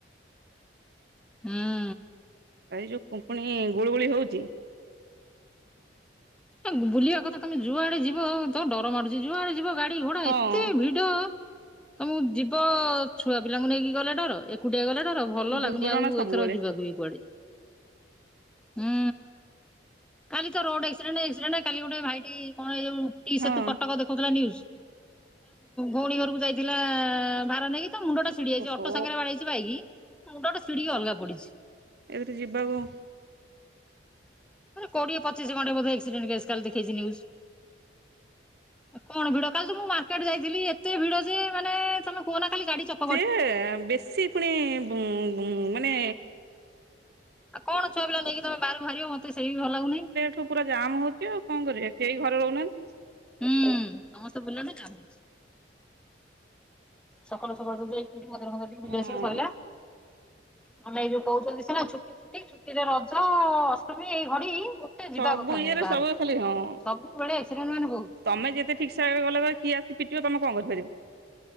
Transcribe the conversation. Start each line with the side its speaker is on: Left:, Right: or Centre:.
Centre: ହୁଁ
Right: ଏଯୋଉ କୁଙ୍କୁଣି ଗୁଳୁ ଗୁଳି ହଉଚି
Centre: ଏବୁଲିବା କଥା ତମେ ଯୁଆଡ଼େ ଯିବ ତମ ଡର ମଡୁଚି ଯୁଆଡ଼େ ଯିବ ଗାଡି ଘୋଡା
Right: ହଁ
Centre: ଏତେ ଭିଡ ଭିଡ ତମକୁ ଯିବ ଛୁଆ ପିଲାଙ୍କୁ ନେଇକି ଗଲେ ଡର ଏକୁ ଏକୁଟିଆ ଗଲେ ଡର ଭଲ
Right: ଦୁର୍ଘଟଣା
Centre: ଲାଗୁନି ଆଉ
Right: ସବୁବେଳେ
Centre: ଏଥର ଯିବାକୁବି କୁଆଡ଼େ। ହୁଁ କାଲିତ ରୋଡ଼ ଆକ୍ସି ଡେଣ୍ଟ ଆକ୍ସିଡେଣ୍ଟ କାଲି ଗୋଟେ ଭାଇଟି କଣ ଏଯୋଉ ଟିଷେତୁ
Right: ହଁ।
Centre: କଟକ ଦେଖଉଥିଲା ନିୟୁଜ୍। ଭଉଣୀ ଘରକୁ ଯାଇଥିଲା ଭାର ନେଇକି ତାମୁଣ୍ଡ ଟା ଛିଡି ଯାଇଚି
Right: ଓହୋ
Centre: ଅଟୋ ସାଙ୍ଗରେ ବାଡ଼େଇଚି ବାଇକ୍ ମୁଣ୍ଡଟା ଛିଡିକି ଅଲଗା ପଡ଼ିଚି।
Right: ଏବେତ ଯିବାକୁ
Centre: ମାନେ କୋଡ଼ିଏ ପଚିଶି ଘଣ୍ଟେ ଆକ୍ସିଡେଣ୍ଟ କେସ୍ ଦେଖେଇଚି କାଲି ନିଉଜ୍। କଣ ଭିଡ଼ କାଲିତ ମୁଁ ମାର୍କେଟ ଯଇଥିଲି ଏତେ ଭିଡ଼ଯେ ମାନେ ତମେ କୁହନା ଖାଲି ଗାଡ଼ି ଚପେ
Right: ସିଏ ବେଶୀ ପୁଣି ଉ ବୁ ମାନେ
Centre: ଆଉ କଣ ଛୁଆ ପିଲାଙ୍କୁ ନେଇକି ତମେ ବାହାରକୁ ବାହାରିବ ମତେ ସେବି ଭଲ ଲାଗୁନି।
Right: ମୁପୁରା ଜାମ ହଉଚି ଆଉ କଣ କରିବେ କେହି ଘରେ ରହୁ ନାହାନ୍ତି।
Centre: ହୁଁ ସମସ୍ତେ ବୁଲନ୍ତି ଗୋଟେ କାମ ସକାଳୁ ସକାଳୁ ସବୁ ଯାଇ କୋଉଠି ମନ୍ଦିର ଫନ୍ଦିର ଟିକେ ବୁଲି
Right: ହଁ
Centre: ଆସିବ ସଇଲା।
Right: <inaudible>
Centre: ମାନେ ଏଇ ଯୋଉ କହୁଚନ୍ତି ସିନା ଛୁଟି ଛୁଟି ଛୁଟିରେ ରଜ ଅଷ୍ଟମୀ ଏଇ ଘଡ଼ି ମୋଟେ ଯିବା
Right: ସବୁ
Centre: କଥା
Right: ଇଏରେ
Centre: ନୁହେଁ ବାହାରକୁ,
Right: ସବୁ ଖାଲି ହଁ
Centre: ସବୁବେଳେ ଆକ୍ସିଡେଣ୍ଟ ମାନେ ବହୁତ୍
Right: ତମେ ଯେତେ ଠିକସେ ଗଲେ କିଏ ଆସି ପିଟିବ ତମେ କଣ କରିପାରିବ?